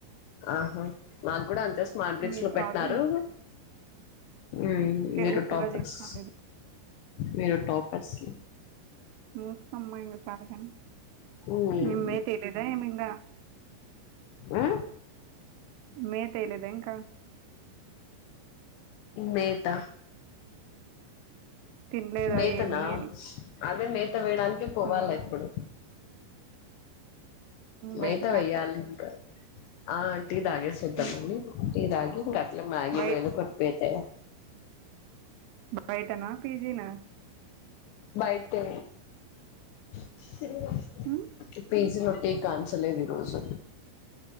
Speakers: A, on the left; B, on the right.
A: ఆహా నాకు కూడా అంతే స్మార్ట్ బ్రిజ్లో
B: ఏం
A: పెట్టారు
B: కాదు
A: ఉమ్ మీరు
B: ఓన్గా
A: టాపర్స్
B: చేస్తాను
A: మీరు టాపర్స్
B: మూసుకొమ్మా ఇంగ సాలుగాని
A: మ్మ్
B: ఏమ్మే తెలిదా ఏమింగా
A: ఆ
B: మే తేలేద ఇంకా
A: లేదా
B: తినలేదా
A: మేతనా
B: ఏమి అని
A: అదే మేత వేయడానికి పోవాలా
B: ఉమ్
A: ఇప్పుడు మేత
B: బయటికా
A: వెయ్యాలి ఇంకా ఆ టీ తాగేసి ద్దమనీ
B: ఉమ్
A: టీ తాగిఇంగట్లే మ్యాగినో
B: బయ
A: ఏదోకటిట్పోతే
B: బయటనా పీజీ నా
A: బయటే <inaudible>
B: ఉమ్
A: పేజీలో టీ కాన్ చలేదు ఈరోజు